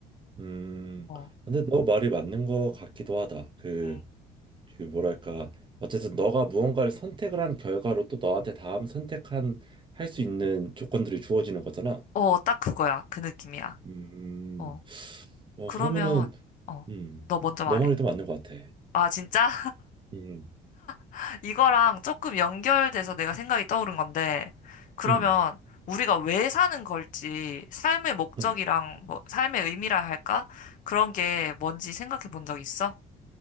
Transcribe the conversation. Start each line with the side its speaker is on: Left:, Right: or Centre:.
Right: 응
Left: 어,
Right: 근데 너 말이 맞는 것 같기도 하다. 그,
Left: 음.
Right: 그 뭐랄까. 어쨌든 너가 무언가를 선택을 한 결과로 또 너한테 다음 선택한 할 수 있는 조건들이 주어지는 거잖아.
Left: 어, 딱 그거야. 그 느낌이야.
Right: 음,
Left: 어,
Right: 어
Left: 그러면,
Right: 그러면은,
Left: 어,
Right: 음,
Left: 너 먼저
Right: 너
Left: 말해.
Right: 말이 더 맞는 것 같아.
Left: 아, 진짜?
Right: 음,
Left: <laughs> 이거랑 조금 연결돼서 내가 생각이 떠오른 건데, 그러면
Right: 음,
Left: 우리가 왜 사는 걸지, 삶의 목적이랑
Right: 음.
Left: 뭐, 삶의 의미라 할까? 그런 게 뭔지 생각해 본 적 있어?